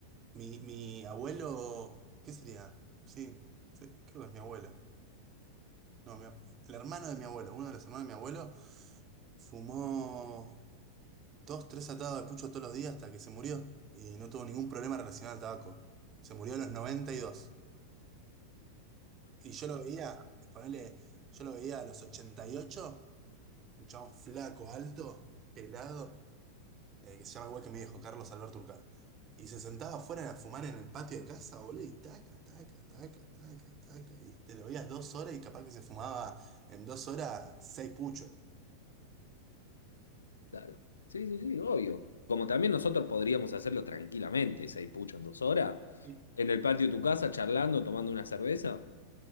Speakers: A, on the right; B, on the left.
A: Mi, mi abuelo, ¿qué sería? Sí, sí, creo que es mi abuelo. No, mi ab- el hermano de mi abuelo, uno de los hermanos de mi abuelo, fumó dos, tres atados de pucho todos los días hasta que se murió y no tuvo ningún problema relacionado al tabaco. Se murió a los noventa Y dos y yo lo veía, ponele, yo lo veía a los ochenta y ocho un chabón flaco, alto, pelado. eh, que se llama igual que mi viejo, Carlos Alberto Urcal. Y se sentaba afuera a fumar en el patio de casa, boludo, y taca, taca, taca, taca, taca. Y te lo veías dos horas y capaz que se fumaba en dos horas seis puchos.
B: Claro. Sí, sí, sí, obvio. Como también nosotros podríamos hacerlo tranquilamente, seis puchos en dos horas,
A: Sí.
B: en el patio de tu casa, charlando, tomando una cerveza,